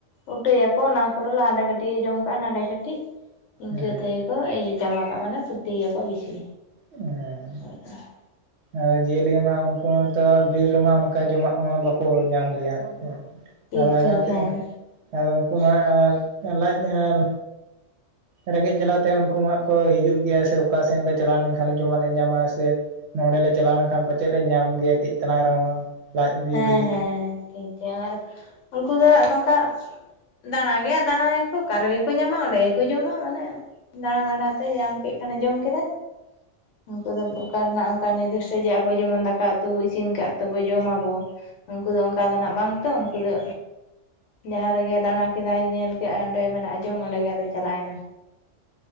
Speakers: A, on the left; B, on the right.
A: ᱩᱴᱟᱹᱭᱟᱠᱚ ᱚᱱᱟ ᱠᱚᱨᱮ ᱞᱟᱸᱰᱮ ᱠᱟᱹᱴᱤᱡ ᱮ ᱡᱚᱢ ᱠᱟᱜᱼᱟ ᱱᱟᱸᱰᱮ ᱠᱟᱹᱴᱤᱡ, ᱤᱱᱠᱟᱹ
B: ᱦᱮᱸ
A: ᱛᱮᱜᱮᱠᱚ ᱤᱭᱟᱹ ᱪᱟᱵᱟ ᱠᱟᱜᱼᱟ ᱢᱟᱱᱮ ᱠᱷᱚᱛᱤ ᱭᱟᱠᱚ ᱵᱮᱥᱤ,
B: ᱮᱸᱻ
A: <unintelligible>
B: ᱟᱨ ᱡᱤᱭᱟᱹᱞᱤ ᱢᱟ ᱩᱱᱠᱩ ᱦᱚᱛᱚ ᱵᱤᱨ ᱨᱮᱢᱟ ᱚᱱᱠᱟ ᱡᱚᱢᱟᱜ ᱢᱟ ᱵᱟᱠᱚ ᱧᱟᱢ ᱜᱮᱭᱟ ᱦᱟᱸᱜ,
A: <inaudible> <unintelligible>
B: <unintelligible>
A: ᱦᱮᱸ
B: ᱩᱱᱠᱩ ᱢᱟ ᱞᱟᱡ ᱧᱮᱞ ᱨᱮᱸᱜᱮᱡ ᱡᱟᱞᱟᱛᱮ ᱩᱱᱠᱩ ᱢᱟᱜ ᱠᱚ ᱦᱤᱡᱩᱜ ᱜᱮᱭᱟ ᱥᱮ ᱚᱠᱟ ᱥᱮᱱ ᱞᱮ ᱪᱟᱞᱟᱣ ᱞᱮᱱ ᱠᱷᱟᱱ ᱡᱚᱢᱟᱜ ᱞᱮ ᱧᱟᱢᱟ ᱥᱮ ᱱᱚᱸᱰᱮ ᱞᱮ ᱪᱟᱞᱟᱣ ᱞᱮᱱᱠᱷᱟᱱ ᱯᱟᱪᱮᱫ ᱞᱮ ᱧᱟᱢ ᱜᱮᱭᱟ ᱠᱟᱹᱡ ᱛᱟᱞᱟᱝ ᱨᱮᱦᱚᱸ ᱞᱟᱡ ᱵᱤ
A: ᱦᱮᱸ
B: ᱞᱟᱹᱜᱤᱫ ᱫᱚ,
A: ᱦᱮᱸ ᱴᱷᱤᱠ ᱛᱮᱭᱟᱨ ᱩᱝᱠᱩ ᱫᱚ ᱱᱚᱝᱠᱟ ᱫᱟᱬᱟ ᱜᱮ ᱫᱟᱬᱟᱭᱟ ᱠᱚ ᱚᱠᱟ ᱨᱮᱜᱮ ᱠᱚ ᱧᱟᱢᱟ ᱚᱸᱰᱮ ᱜᱮᱠᱚ ᱡᱚᱢᱟ, ᱢᱟᱱᱮ ᱫᱟᱬᱟ ᱫᱟᱬᱟ ᱛᱮ ᱧᱟᱢ ᱠᱮᱫ ᱠᱷᱟᱱᱮ ᱡᱚᱢ ᱠᱮᱫᱟᱭ, ᱩᱱᱠᱩ ᱫᱚ ᱚᱠᱟ ᱨᱮᱱᱟᱜ ᱚᱱᱠᱟ ᱱᱤᱡᱟ. ᱨ ᱫᱤᱥᱴᱚ ᱡᱮ ᱟᱵᱚ ᱡᱮᱢᱚᱱ ᱫᱟᱠᱟ ᱩᱛᱩ ᱤᱥᱤᱱ ᱠᱟᱫ ᱛᱮᱵᱚ ᱡᱚᱢ ᱟᱵᱚ, ᱩᱱᱠᱩ ᱫᱚ ᱚᱱᱠᱟ ᱫᱚ ᱱᱟᱜ ᱵᱟᱝ ᱛᱚ ᱩᱱᱠᱩ ᱫᱚ ᱡᱟᱦᱟᱸ ᱨᱮᱜᱮ ᱫᱟᱬᱟ ᱠᱮᱫᱟᱭ ᱧᱮᱞ ᱠᱮᱜ-ᱟᱭ ᱚᱸᱰᱮ ᱜᱮ ᱢᱮᱱᱟᱜᱼᱟ ᱡᱚᱢ ᱚᱸᱰᱮ ᱜᱮ ᱟᱫᱚᱭ ᱪᱟᱞᱟᱣ ᱮᱱᱟ,